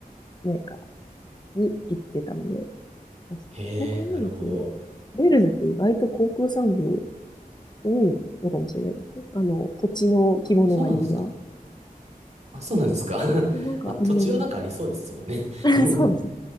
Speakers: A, on the left; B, on the right.
A: メーカーに行ってたので、あ、そこう考えると、
B: へえ、なるほど。
A: ウェールズって意外と航空産業多いのかもしれないですね。あの、土地の規模の割には。
B: あ、そうなんですか。あ、そうなんですか。<laughs>
A: なんか、
B: まあ、土地はなんかありそうですもんね。
A: うん、<laughs>
B: <laughs>
A: そうですね。